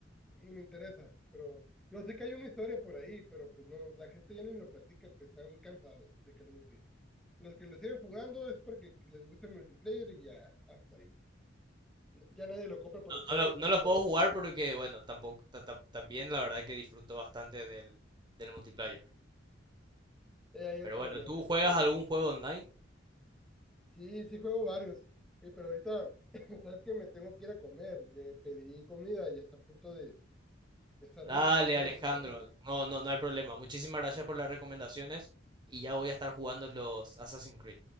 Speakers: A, in the centre; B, on the right.
A: ni me interesa, pero yo sé que hay una historia por ahí, pero pues no, la gente ya ni lo platica, pues están cansados de Call of Duty. Los que lo siguen jugando es porque les gusta el multiplayer y ya hasta ahí. Ya nadie lo compra por la historia.
B: No, lo- no los puedo jugar porque, bueno, tampoco, ta- ta- también la verdad que disfruto bastante del, del multiplayer.
A: Es ahí el
B: Pero
A: problema.
B: bueno, ¿tú juegas algún juego online?
A: Sí, sí juego varios. Eh, pero ahorita, <clears throat> sabes que me tengo que ir a comer. Ya pedí comida ya está a punto de ya estar
B: Dale,
A: lista. Tengo que
B: Alejandro.
A: ir a recoger.
B: No, no, no hay problema. Muchísimas gracias por las recomendaciones y ya voy a estar jugando los Assassin's Creed.